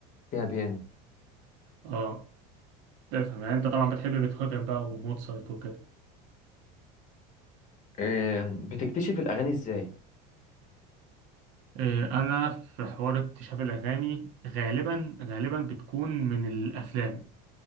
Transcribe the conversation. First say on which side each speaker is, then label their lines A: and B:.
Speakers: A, on the left; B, on the right.
A: فيها بيانو
B: اه تفهم يعني انت طبعا بتحب بيتهوفن بقى وموتسارت وكده
A: آم، بتكتشف الاغاني ازاي
B: إيه انا في حوار اكتشاف الأغاني غالبا غالبا بتكون من الأفلام